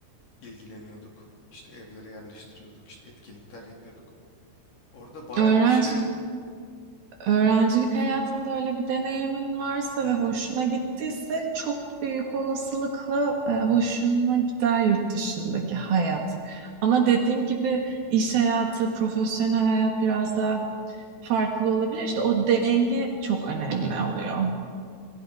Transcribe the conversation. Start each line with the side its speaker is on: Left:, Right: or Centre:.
Left: ilgileniyorduk. İşte evlere yerleştiriyorduk işte etkinlikler yapıyorduk. Orada bayağı
Right: Öğrencilik,
Left: bir kişiyle
Right: öğrencilik hayatında öyle bir deneyimin varsa
Left: Hı
Right: ve
Left: hı.
Right: hoşuna gittiyse çok büyük olasılıkla e, hoşuna gider yurt dışındaki hayat. Ama dediğim gibi iş hayatı, profesyonel hayat biraz daha farklı olabilir. İşte o denge çok önemli oluyor.